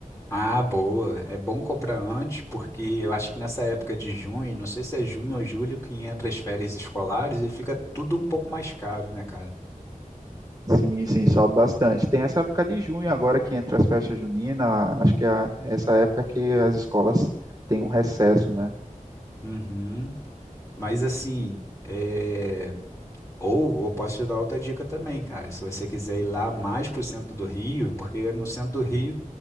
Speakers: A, on the left; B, on the right.
A: Ah, boa. É bom comprar antes, porque eu acho que nessa época de junho, não sei se é junho ou julho, que entra as férias escolares e fica tudo um pouco mais caro, né, cara?
B: Sim, sim, sobe bastante. Tem essa época de junho agora que entra as festas juninas. Acho que é essa época que as escolas têm um recesso, né?
A: Uhum. Mas assim, é... ou eu posso te dar outra dica também, cara. Se você quiser ir lá mais pro centro do Rio, porque no centro do Rio